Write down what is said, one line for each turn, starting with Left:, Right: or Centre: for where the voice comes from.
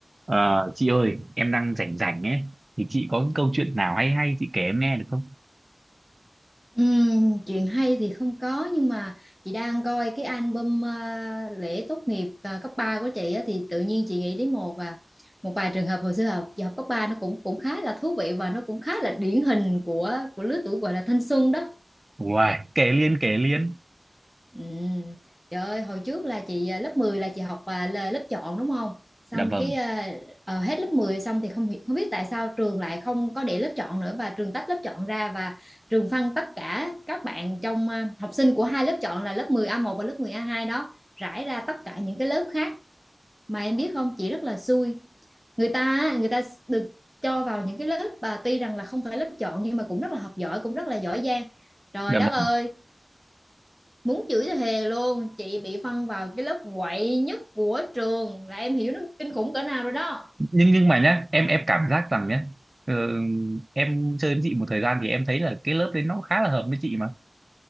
Right: Ờ, chị ơi, em đang rảnh rảnh ấy, thì chị có cái câu chuyện nào hay hay chị kể em nghe được không?
Centre: Ừm, chuyện hay thì không có nhưng mà chị đang coi cái album ờ, lễ tốt nghiệp ờ, cấp 3 của chị á, thì tự nhiên chị nghĩ đến một à một vài trường hợp hồi xưa học chị học cấp 3 nó cũng cũng khá là thú vị và nó cũng khá là điển hình của của lứa tuổi gọi là thanh xuân đó
Right: Uầy, kể liên kể liên.
Centre: Ừ. Trời ơi, hồi trước là chị à, lớp 10 là chị học à, là lớp chọn đúng không? Xong
Right: Dạ vâng,
Centre: cái à, ờ, hết lớp 10 xong thì không hi- không biết tại sao trường lại không có để lớp chọn nữa và trường tách lớp chọn ra và trường phân tất cả các bạn trong à, học sinh của hai lớp chọn là lớp mười a một và lớp mười a hai đó rải ra tất cả những cái lớp khác mà em biết không, chị rất là xui. Người ta á, người ta được cho vào những cái lớp và tuy rằng là không phải lớp chọn nhưng mà cũng rất là học giỏi, cũng rất là giỏi giang. Trời
Right: dạ
Centre: đất
Right: vâng.
Centre: ơi, muốn chửi thì thề luôn chị bị phân vào cái lớp quậy nhất của trường là em hiểu nó kinh khủng cỡ nào rồi đó
Right: Nhưng nhưng mà nhá, em em cảm giác rằng nhá, ờ, em chơi với chị một thời gian thì em thấy là cái lớp đấy nó khá là hợp với chị mà.